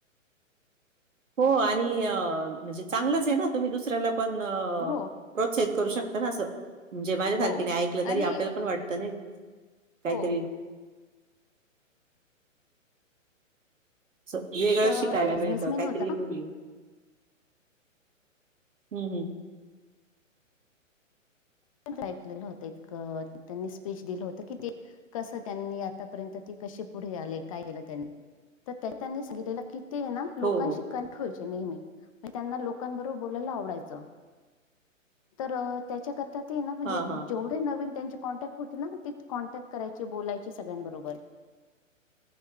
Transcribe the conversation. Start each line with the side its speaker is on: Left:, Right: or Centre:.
Right: हो आणि अ म्हणजे चांगलच ये ना तुम्ही दुसऱ्याला पण अ
Left: हो
Right: प्रोत्साहित करू शकत ना असं, म्हणजे माझ्यासारखीनी
Left: हो
Right: ऐकलं तरी
Left: आणि
Right: आपल्याला पण वाटत नाही कायतरी
Left: हो
Right: अस वेगळं
Left: एक अ,
Right: शिकायला
Left: बिझनेसमॅन
Right: मिळत, कायतरी
Left: होता
Right: हम्म हम्म
Left: ट्राय केलेलं होत एक अ त्यांनी स्पीच दिलं होत कि ते कस त्यांनी आतापर्यत ते कशी पुढे आले काय केलं त्यांनी, तर त्यांनी सांगितलेलं कि, ते ना लोकांशी
Right: हो हो
Left: कनेक्ट व्हायचे नेहमी. म त्यांना लोकांबरोबर बोलायला आवडायचं. तर त्याच्याकरता ते ना म्हणजे
Right: हां हां
Left: जेव नवीन त्यांची कॉन्टॅक्ट होती ना, ते कॉन्टॅक्ट करायचे, बोलायचे सगळ्यांबरोबर.